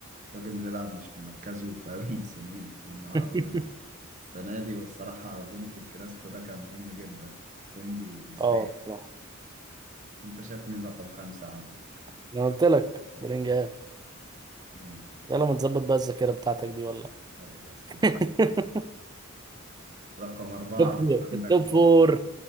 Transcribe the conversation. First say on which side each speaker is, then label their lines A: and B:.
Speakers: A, on the right; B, on the right.
A: الراجل بيلعب مش في مركزه بقاله موسمين والنهار
B: <laughs>
A: السنة دي والصراحة جونه في الكلاسيكو ده كان مهم جدا كوندي يستاهل
B: اه بصراحة
A: انت شايف مين رقم خمسة عندك؟
B: انا قلت لك بلينجهام
A: مم،
B: يلا ما تظبط بقى الذاكرة بتاعتك دي ولا
A: حاضر يا اسطى معلش
B: التوب
A: رقم أربعة
B: <laughs> فور
A: عندك
B: التوب فور